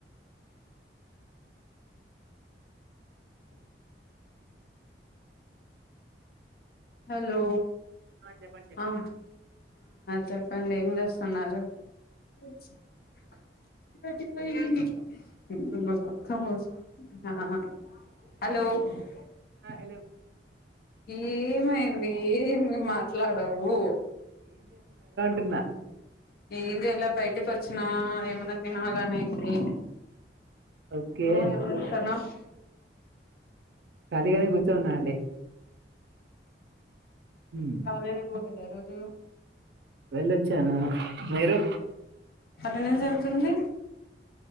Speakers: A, on the left; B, on the right.
A: హలో
B: ఆ, చెప్పండి చెప్పండి
A: హా హా చెప్ చెప్పండి ఏం చేస్తున్నారు <unintelligible>
B: ఆ హలో
A: ఏమైంది ఏమి మాట్లాడవు
B: తిన్న
A: ఏం చేయాలా బయటకి వచ్చినా ఏమన్నా తినాలనేసి
B: ఓకే
A: నువ్వు ఏం చేస్తున్నావ్
B: ఖాళీగానే కూర్చున్నా అండి హ్మ్
A: కాలేజీ పోలేదా ఈ రోజు
B: వెళ్ళొచ్చాను మీరు
A: ఎలా జరుగుతుంది